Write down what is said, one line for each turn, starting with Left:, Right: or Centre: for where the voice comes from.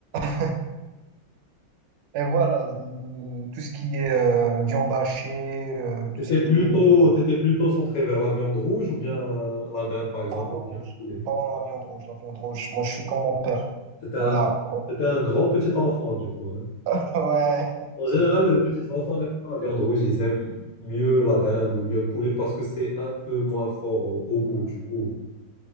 Right: <laughs> Et voilà, euh, tout ce qui est euh, viande hachée, euh,
Left: T'étais
Right: tout ce qui
Left: plutôt,
Right: est euh,
Left: t'étais plutôt centré vers la viande rouge ou bien la dinde, par exemple,
Right: ah, la viande
Left: ou bien
Right: rouge.
Left: le poulet?
Right: Non, la viande rouge, la viande rouge. Moi, je suis comme mon père.
Left: T'étais un,
Right: Voilà. <laughs>
Left: t'étais un grand petit enfant, du coup. hein.
Right: Ouais,
Left: En général, les petits enfants n'aiment pas la viande rouge, ils aiment mieux la dinde ou bien le poulet parce que c'est un peu moins fort au, au goût, du coup.